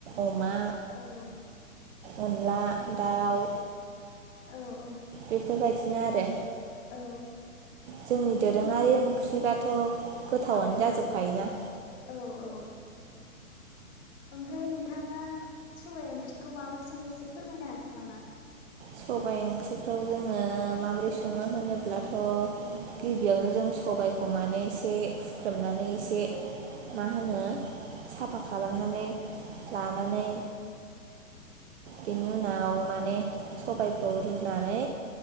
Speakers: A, on the right (about 50°); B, on the left (about 50°).
A: अमा।
B: औ
A: अनला दाउ।
B: औ औ
A: बेफोरबायदिनो आरो।
B: औ
A: जोंनि
B: ओमफ्राय
A: दोरोङारि
B: नोंथां
A: ओंख्रिबाथ' गोथावानो
B: औ
A: जाजोबखायोना।
B: औ औ ओमफ्राय नोंथाङा सबायाइ ओंख्रिखौ माबोरै सोहो एसे फोरमायनो हागोन नामा?
A: सबायाइ ओंख्रिखौ जोङो माबोरै सङनो होनोब्लाथ'। गिबियावनो जों सबायखौ माने एसे हुख्रेमनानै एसे मा होनो साफा खालामनानै लानानै बेनि उनाव माने सबायखौ रुनानै